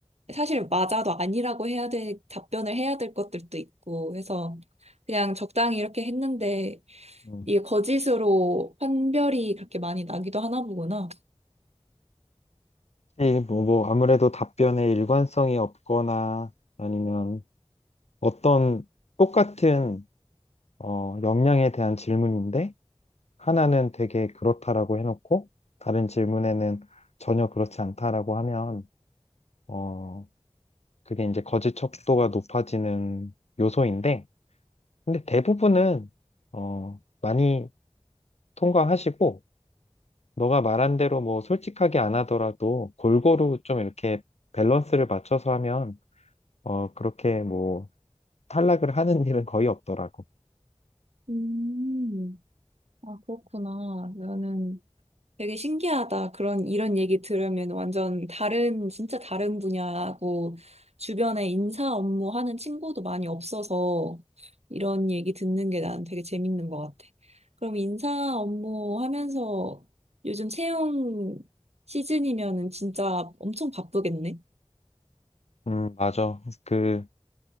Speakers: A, on the right (about 75°); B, on the left (about 80°).
A: 사실 맞아도 아니라고 해야 될, 답변을 해야 될 것들도 있고 해서 그냥 적당히 이렇게 했는데
B: 음,
A: 이게 거짓으로 판별이 그렇게 많이 나기도 하나 보구나.
B: 이 뭐, 뭐 아무래도 답변에 일관성이 없거나 아니면 어떤 똑같은 어, 역량에 대한 질문인데 하나는 되게 그렇다라고 해놓고 다른 질문에는 전혀 그렇지 않다라고 하면 어, 그게 이제 거짓 척도가 높아지는 요소인데, 근데 대부분은, 어, 많이 통과하시고, 너가 말한 대로 뭐 솔직하게 안 하더라도 골고루 좀 이렇게 밸런스를 맞춰서 하면, 어, 그렇게 뭐 탈락을 하는 <laughs> 일은 거의 없더라고.
A: 음, 아, 그렇구나. 나는 되게 신기하다. 그런, 이런 얘기 들으면 완전 다른, 진짜 다른 분야고, 주변에 인사 업무 하는 친구도 많이 없어서, 이런 얘기 듣는 게 난 되게 재밌는 것 같아. 그럼 인사 업무 하면서 요즘 채용 시즌이면은 진짜 엄청 바쁘겠네?
B: 음, 맞아. 그,